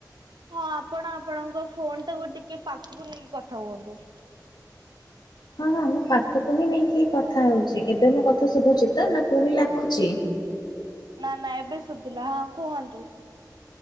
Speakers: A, on the right; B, on the left.
A: ହଁ, ଆପଣ ଆପଣଙ୍କ ଫୋନ୍ ଟାକୁ ଟିକେ ପାଖକୁ ନେଇକି କଥା ହୁଅନ୍ତୁ।
B: ହଁ ହଁ ମୁଁ ପାଖକୁ ହିଁ ନେଇକି କଥା ହଉଚି। ଏବେ ମୋ କଥା ଶୁଭୁଛି ତ ନା ପୁଣି ଲାଖୁଛି?
A: ନା ନା ଏବେ ଶୁଭିଲା ହଁ କୁହନ୍ତୁ।